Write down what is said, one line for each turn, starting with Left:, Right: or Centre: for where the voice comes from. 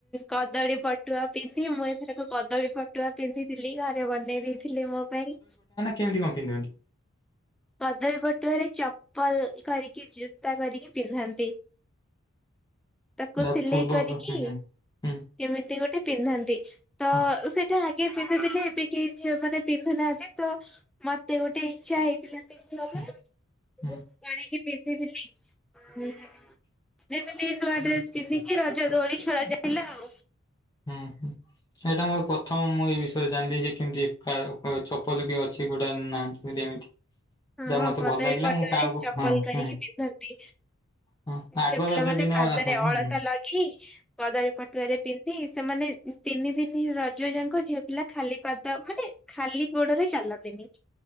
Centre: କଦଳୀ ପଟୁଆ ପିନ୍ଧି ମୁଁ ଏଥରକ କଦଳୀ ପ ପଟୁଆ ପିନ୍ଧିଥିଲି ଘରେ ବନେଇ ଦେଇଥିଲେ ମୋ ପାଇଁ।
Left: କେମତି କଣ ପିନ୍ଧନ୍ତି?
Centre: କଦଳୀ ପଟୁଆରେ ଚପଲ୍ କରିକି ଜୋତା କରିକି ପିନ୍ଧନ୍ତି। ତାକୁ
Left: ତା
Centre: ସିଲେଇ
Left: ପୂର୍ବ
Centre: କରିକି
Left: ହୁଁ ହୁଁ ହୁଁ ହୁଁ
Centre: କେମିତି ଗୋଟେ ପିନ୍ଧନ୍ତି। ତ
Left: ହୁଁ
Centre: ସେଟା କିଏ ପିନ୍ଧୁଥିଲେ। ଏବେ କେହି ଝିଅ ମାନେ ପିନ୍ଧୁ ନାହାନ୍ତି। ତ ମତେ ଗୋଟେ ଇଚ୍ଛା ହେଇ ପିନ୍ଧିବା
Left: ହୁଁ
Centre: ପାଇଁ।
Left: ହୁଁ
Centre: ମୁଁ କରିକି ପିନ୍ଧିଥିଲି। ଏବେ ଟିକେ ନୂଆ ଡ୍ରେସ୍ ପିନ୍ଧିକି ରଜ ଦୋଳି ଖେଳା ଚାଲିଲା ଆଉ।
Left: ଅ ହଁ। ଏଇଟା ମୋର ପ୍ରଥମ ମୁଁ ଏ ବିଷୟରେ ଜାଣିଲି ଯେ କେମିତି ଚପଲ ବି ଅଛି ଗୋଟେ <unintelligible> ଏମିତି। ଯାହା
Centre: ହଁ
Left: ମତେ
Centre: କଦଳୀ
Left: ଭଲ ଲାଗିଲା
Centre: ପଟୁଆରେ
Left: ମୁଁ କାହାକୁ
Centre: ଚପଲ
Left: ହଁ
Centre: କରିକି
Left: ହୁଁ
Centre: ପିନ୍ଧନ୍ତି।
Left: ହଁ ଆଗ
Centre: ଝିଅ ପିଲାମାନେ
Left: ରଜ ଦିନ
Centre: ପାଦରେ
Left: ହଁ ହୁଁ
Centre: ଅଳତା
Left: ହୁଁ
Centre: ଲଗେଇ କଦଳୀ ପଟୁଆରେ ପିନ୍ଧି ସେମାନେ ତିନି ଦିନି ରଜ ଯାଙ୍କ ଝିଅ ପିଲା ଖାଲି ପାଦ ମାନେ ଖାଲି ଗୋଡରେ ଚାଲନ୍ତିନି।